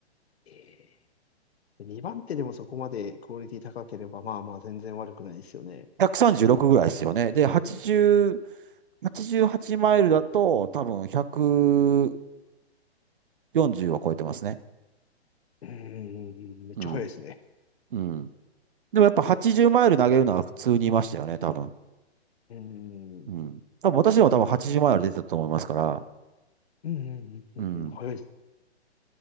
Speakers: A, on the left; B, on the right.
A: えー、2番手でもそこまでクオリティ高ければ、まあまあ全然悪くないですよね。
B: 136ぐらいですよね。で、80、8マイルだと多分140を超えてますね。
A: うーん、めっちゃ早いですね。
B: うん。うん。でもやっぱ80マイル投げるのは普通にいましたよね、多分。
A: うーん、
B: うん。
A: う
B: 多分私でも多分80マイル出てたと思いますから。
A: ん、うん、うん、
B: うん。
A: うん早いですね。